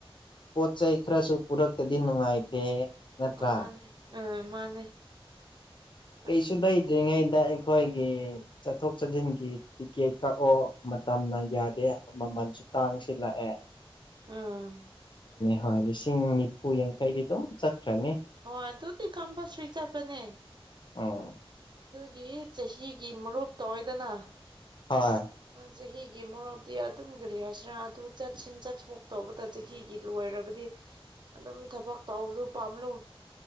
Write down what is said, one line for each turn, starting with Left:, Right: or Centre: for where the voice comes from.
Left: ꯄꯣꯠ ꯆꯩꯩ ꯈꯔꯁꯨ ꯄꯨꯔꯛꯇꯗꯤ ꯅꯨꯡꯉꯥꯏꯇꯦ ꯅꯠꯇ꯭ꯔꯥ
Right: ꯑ ꯃꯥꯅꯦ ꯑ ꯃꯥꯅꯦ
Left: ꯀꯩꯁꯨꯨ
Right: ꯑꯁ
Left: ꯂꯏꯗꯦ ꯉꯦꯗ ꯑꯩꯈꯣꯏꯒꯤ ꯆꯠꯊꯣꯛ ꯆꯠꯁꯤꯟꯒꯤ ꯇꯤꯀꯦꯠ ꯀꯛꯑꯣ ꯃꯇꯝꯅ ꯌꯥꯗꯦ ꯃꯃꯜꯁꯨ ꯇꯥꯡꯉꯁꯤꯂ ꯑꯦ
Right: ꯑꯝ
Left: ꯍꯣꯏ ꯂꯤꯁꯤꯡ ꯅꯤꯐꯨ ꯌꯥꯡꯈꯩꯗꯤ ꯑꯗꯨꯝ ꯆꯠꯈ꯭ꯔꯅꯤ
Right: ꯍꯣꯏ ꯇꯨꯗꯤ ꯀꯝꯕꯁ꯭ꯆꯥꯄꯅꯦ
Left: ꯑꯝ
Right: ꯑꯗꯨꯒꯤ ꯆꯍꯤꯒꯤ ꯃꯔꯨꯞꯇꯧꯋꯏꯗꯅ
Left: ꯍꯣꯏ
Right: ꯆꯍꯤꯒꯤ ꯃꯣꯔꯣꯛꯞꯇꯤ ꯑꯗꯨꯝꯒꯤꯔꯤ ꯍꯥꯏꯁꯔ ꯑꯗꯨ ꯆꯁꯤ ꯆꯠꯊꯣꯛꯇꯧꯕꯗ ꯆꯍꯤꯒꯤ ꯂꯣꯏ ꯗꯤ ꯑꯗꯨ ꯊ ꯇ ꯄꯝꯗꯣ